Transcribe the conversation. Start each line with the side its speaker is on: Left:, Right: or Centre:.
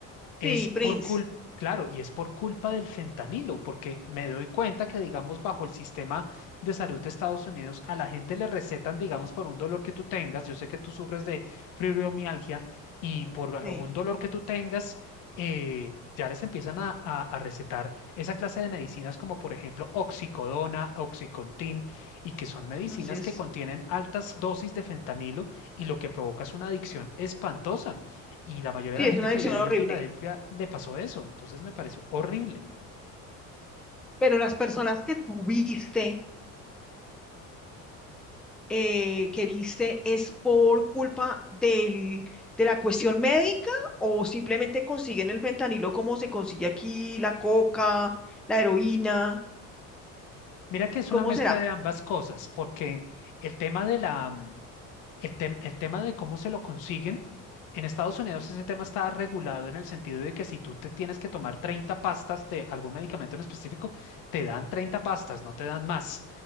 Left: Es
Centre: sí,
Left: por
Centre: Prince,
Left: culpa, claro, y es por culpa del fentanilo, porque me doy cuenta que, digamos, bajo el sistema de salud de Estados Unidos, a la gente le recetan, digamos, por un dolor que tú tengas, yo sé que tú sufres de fibromialgia, y por algún
Centre: sí,
Left: dolor que tú tengas, eh, ya les empiezan a, a- a recetar esa clase de medicinas como, por ejemplo, oxicodona, oxicontin, y que son medicinas
Centre: así es.
Left: que contienen altas dosis de fentanilo y lo que provoca es una adicción espantosa. Y la mayoría
Centre: Sí,
Left: de la
Centre: es
Left: gente
Centre: una
Left: que
Centre: adicción
Left: había ahí
Centre: horrible.
Left: en Filadelfia le pasó eso. Entonces me pareció horrible.
Centre: Pero las personas que tuviste eh, que viste es por culpa del, de la cuestión médica o simplemente consiguen el fentanilo como se consigue aquí, la coca, la heroína?
Left: Mira que es
Centre: ¿Cómo
Left: una mezcla
Centre: será?
Left: de ambas cosas, porque el tema de la, mm, El tem- el tema de cómo se lo consiguen, en Estados Unidos ese tema está regulado en el sentido de que si tú te tienes que tomar 30 pastas de algún medicamento en específico, te dan 30 pastas, no te dan más.